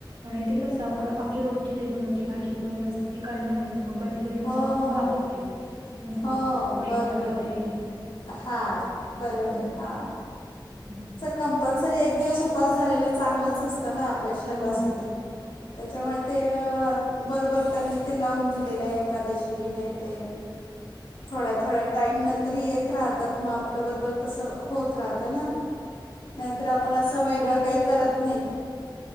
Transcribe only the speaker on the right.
आणि ते कसं आप
आपली रोजची रेग्युलरची भाजीपोळी असते. ती कंटाळा येतो तर मग कधीतरी असं,
आपण खातो ते नाही
की वेगळं
काहीतरी
हं.
<unintelligible>
हो.
<unintelligible>
हं.